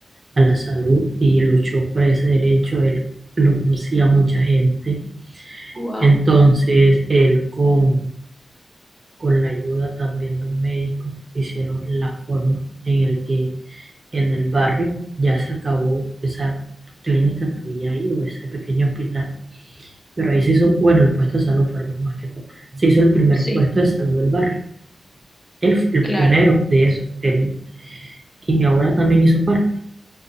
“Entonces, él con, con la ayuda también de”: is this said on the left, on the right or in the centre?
Right